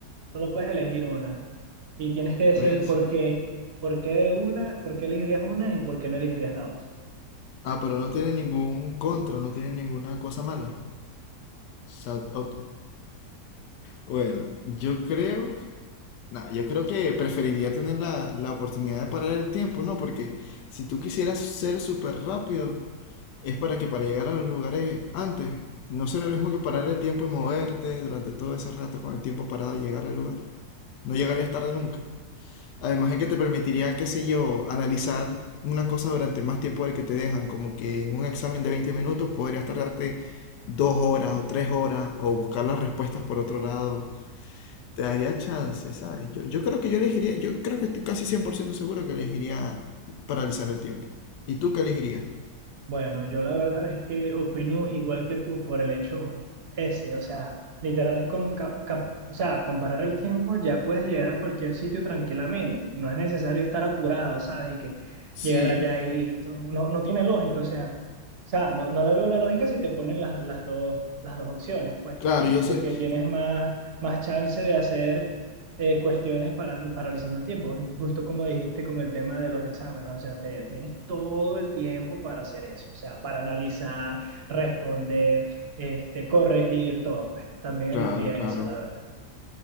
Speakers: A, on the right (about 45°); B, on the left (about 80°).
A: Solo puedes elegir una y tienes que decir
B: Verse.
A: el por qué, por qué de una, por qué elegirías una y por qué no elegirías la otra.
B: Ah, pero no tiene ningún contra, no tiene ninguna cosa mala. O o- bueno, yo creo, nah, yo creo que preferiría tener la, la oportunidad de parar el tiempo, ¿no? Porque si tú quisieras ser súper rápido, es para que para llegar a los lugares antes, no será lo mismo que parar el tiempo y moverte durante todo ese rato con el tiempo parado y llegar al lugar. No llegarías tarde nunca. Además de que te permitiría, qué sé yo, analizar una cosa durante más tiempo del que te dejan, como que en un examen de 20 minutos podrías tardarte dos horas o tres horas o buscar las respuestas por otro lado. Te daría chance, ¿sabes? Yo, yo creo que yo elegiría, yo creo que estoy casi 100% seguro que elegiría paralizar el tiempo. ¿Y tú qué elegirías?
A: Bueno, yo la verdad es que opino igual que tú por el hecho ese, o sea, literal, con cap- cap- o sea, comparar el tiempo ya puedes llegar a cualquier sitio tranquilamente, no es necesario estar apurado, ¿sabes? Y que
B: Sí,
A: llegar allá y listo, no, no tiene lógica, o sea, o sea, no, no le veo la lógica si te ponen las, las dos, las dos opciones, pues,
B: claro, yo siento,
A: porque tienes más, más chance de hacer eh, cuestiones para, paralizando el tiempo, justo como dijiste con el tema de los exámenes, o sea, te, tienes todo el tiempo para hacer eso, o sea, para analizar, responder, este, corregir, todo. pues. También
B: claro,
A: elegiría
B: claro.
A: esa, la verdad.